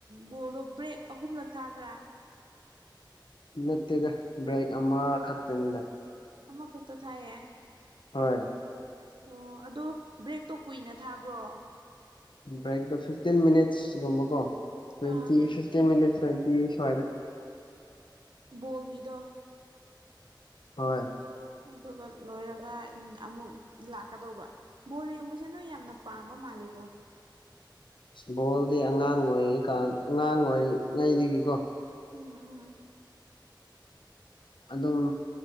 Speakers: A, on the right (about 75°); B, on the left (about 80°).
A: ꯕꯣꯜꯗꯣ ꯕ꯭ꯔꯦꯛ ꯑꯍꯨꯝꯂꯛ ꯊꯥꯕ꯭ꯔꯥ
B: ꯅꯠꯇꯦꯗ ꯕ꯭ꯔꯦꯛ ꯑꯃꯈꯛꯇꯅꯤꯗ
A: ꯑꯃꯃ ꯀꯠꯇ ꯊꯥꯏꯌꯦ
B: ꯍꯣꯏ
A: ꯑꯣ ꯑꯗꯨꯣ ꯕ꯭ꯔꯦꯛꯇꯣ ꯀꯨꯏꯅ ꯊꯥꯕ꯭ꯔꯣ
B: ꯭ꯔ ꯐꯤꯐꯇꯤꯟ ꯃꯤꯅꯤꯠꯁꯒꯨꯝꯕꯀꯣ ꯇ꯭ꯋꯦꯟꯇꯤ
A: ꯑꯥ
B: ꯐꯤꯇꯤꯟ ꯃꯤꯅꯤꯠ ꯁ꯭ꯋꯇꯤ ꯁꯋꯥꯗ
A: ꯕꯣꯜꯒꯤꯗꯣ
B: ꯍꯣꯏ
A: ꯑꯗꯨꯒ ꯂꯣꯏꯔꯒ ꯑꯃꯨꯛ ꯂꯥꯛꯀꯗꯧꯕ ꯕꯣꯜ ꯌꯦꯡꯕꯁꯦ ꯅꯣꯏ ꯌꯥꯝꯅ ꯄꯥꯝꯕ ꯃꯥꯜꯂ ꯀꯦꯕꯨꯣ
B: ꯑꯁ ꯕꯣꯜꯗꯤ ꯑꯉꯥꯡ ꯑꯣꯏꯔꯤ ꯀꯥꯟ ꯑꯉꯥꯡ ꯑꯣꯏꯔꯤꯉꯩꯗꯒꯤꯀꯣ
A: ꯎꯝ ꯎꯝ
B: ꯑꯗꯨꯝ